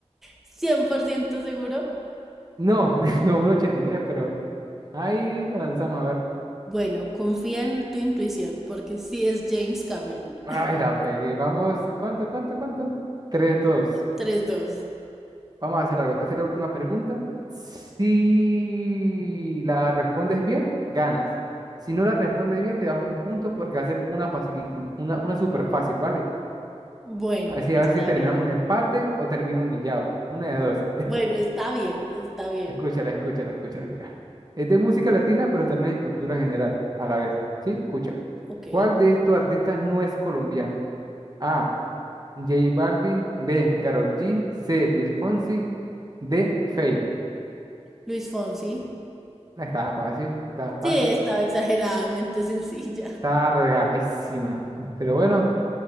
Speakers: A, in the centre; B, on the right.
A: 100% seguro.
B: No, <laughs> como un ochenta y tres pero ahí la lanzamos a ver.
A: Bueno, confía en tu intuición porque sí es James Cameron.
B: Ay,
A: <laughs>
B: la pegué. Vamos, ¿cuánto, cuánto, cuánto? cuánto tres dos
A: Tres, dos.
B: Vamos a hacer algo. Te hacer la última pregunta. Si la respondes bien, ganas. Si no la respondes bien, te das un punto porque va a ser una facility, una, una súper fácil, ¿vale?
A: Bueno,
B: Así
A: está
B: a ver si terminamos
A: bien.
B: un empate o termino humillado. Una de dos.
A: Bueno, está bien, está
B: <laughs>
A: bien.
B: Escúchala, escúchala, escúchala, mira. Es de música latina, pero también es cultura general a la vez. ¿Sí? Escúchala.
A: Ok.
B: ¿Cuál de estos artistas no es colombiano? A. J Balvin. B. Karol G. C. Luis Fonsi. D. Feid.
A: Luis Fonsi.
B: No estaba fácil, estaba fácil.
A: Sí, estaba exageradamente <laughs> sencilla.
B: Estaba regaladísima. Pero bueno,